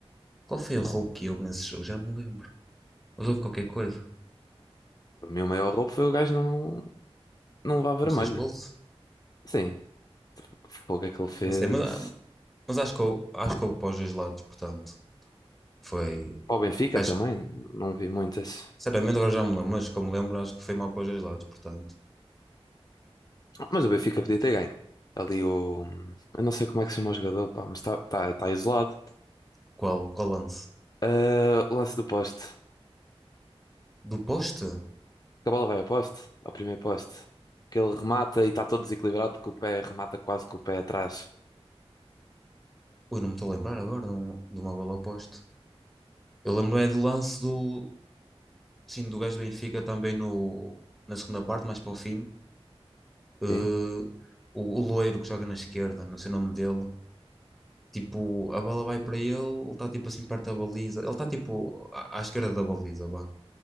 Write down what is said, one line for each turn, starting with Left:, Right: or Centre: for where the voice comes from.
Centre: Qual foi o roubo que houve nesse jogo? Já não me lembro. Mas houve qualquer coisa.
Left: O meu maior roubo foi o gajo não, não levar vermelho.
Centre: Não sei expulso?
Left: Sim, ficou o que é que ele fez.
Centre: Não sei, mas, ah, Mas acho que eu, acho que eu para os dois lados, portanto, foi
Left: Para o Benfica
Centre: o gajo.
Left: também, não vi muitas.
Centre: Sinceramente, agora já me lembro, mas como me lembro, acho que foi mal para os dois lados, portanto.
Left: Mas o Benfica podia ter ganho. Ali o. Eu não sei como é que se chama o jogador, pá, mas está tá, tá tá isolado.
Centre: Qual, qual lance?
Left: Ah, o lance do poste.
Centre: Do poste?
Left: Que a bola vai ao poste, ao primeiro poste. Que ele remata e está todo desequilibrado, que o pé remata quase com o pé atrás.
Centre: Ui, não me estou a lembrar agora de, um- de uma bola ao poste. Eu lembro é do lance do, sim, do gajo do Benfica também no, na segunda parte, mais para o fim. Eh,
Left: Sim,
Centre: o, o loiro que joga na esquerda, não sei o nome dele. Tipo, a bola vai para ele, ele está tipo assim perto da baliza. Ele está tipo à, à esquerda da baliza, vá.